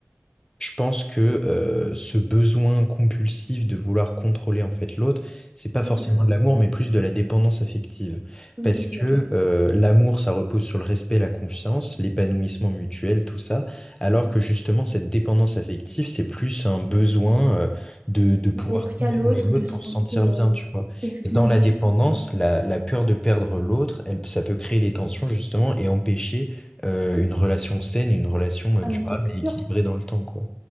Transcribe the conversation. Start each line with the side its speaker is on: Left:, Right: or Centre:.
Left: je pense que euh, ce besoin compulsif de vouloir contrôler en fait l'autre, c'est pas forcément
Right: oui, c'est ça.
Left: de l'amour, mais plus de la dépendance affective.
Right: Oui,
Left: Parce
Right: c'est
Left: que
Right: sûr.
Left: euh, l'amour, ça repose sur le respect, la confiance, l'épanouissement mutuel, tout ça, alors que justement cette dépendance affective, c'est plus un besoin euh, de, de pouvoir
Right: D'être
Left: contrôler
Right: qu'à l'autre,
Left: l'autre
Right: de se
Left: pour
Right: sentir
Left: se sentir bien,
Right: euh,
Left: tu vois.
Right: exclusif,
Left: Et dans la dépendance,
Right: etc.
Left: la, la peur de perdre l'autre, elle, ça peut créer des tensions justement et empêcher euh, une relation saine, une relation euh,
Right: Ah,
Left: durable
Right: mais c'est sûr.
Left: et équilibrée dans le temps, quoi.